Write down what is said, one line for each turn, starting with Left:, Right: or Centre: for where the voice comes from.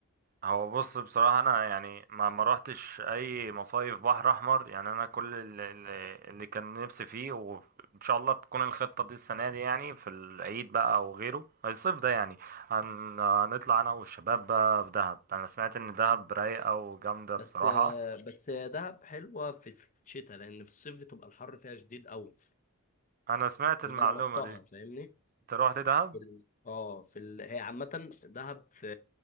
Right: هو بص بصراحة أنا يعني ما ما روحتش أي مصايف بحر أحمر يعني أنا كل اللي, اللي اللي كان نفسي فيه وإن شاء الله تكون الخطة دي السنة دي يعني في العيد بقى أو غيره الصيف ده يعني هن- هنطلع أنا والشباب بقى في دهب أنا سمعت إن دهب رايقة وجامدة
Left: بس
Right: بصراحة
Left: آه، بس دهب حلوة في الشتاء لان في الصيف بتبقى الحر فيها شديد قوي
Right: أنا سمعت المعلومة
Left: اللي انا رحتها
Right: دي
Left: فاهمني؟
Right: أنت روحت دهب؟
Left: في ال- اه في ال... هي عامة دهب في